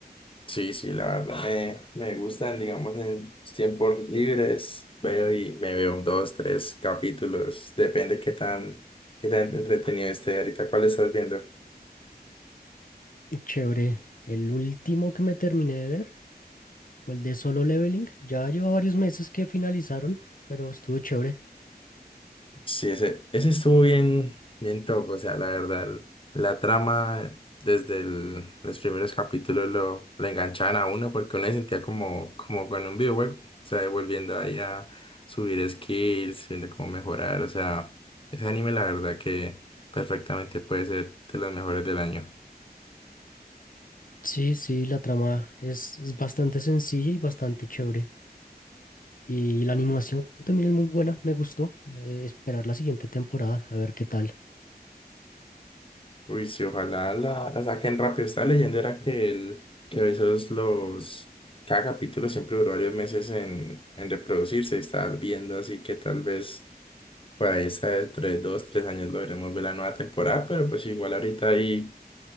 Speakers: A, on the left (about 30°); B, on the left (about 55°).
A: Sí, sí, la verdad me, me gustan, digamos, en mis tiempos libres. Veo y me veo un, dos, tres capítulos. Depende qué tan, qué tan entretenido esté ahorita. ¿Cuál estás viendo?
B: Chévere, el último que me terminé de ver fue el de Solo Leveling, ya lleva varios meses que finalizaron, pero estuvo chévere.
A: Sí, ese, ese estuvo bien, bien top, o sea, la verdad, la trama desde el- los primeros capítulos lo, lo enganchaban a uno porque uno se sentía como, como con un videojuego, o sea, volviendo ahí a subir skills, viendo cómo mejorar, o sea, ese anime la verdad que perfectamente puede ser de los mejores del año.
B: Sí, sí, la trama es, es bastante sencilla y bastante chévere. Y la animación también es muy buena, me gustó. eh, esperar la siguiente temporada, a ver qué tal.
A: Uy, sí, ojalá la, la saquen rápido. Esta leyenda era que el, que Bezos los, cada capítulo siempre duró varios meses en, en reproducirse y estar viendo, así que tal vez por ahí está dentro de dos, tres años logremos ver la nueva temporada, pero pues igual ahorita hay,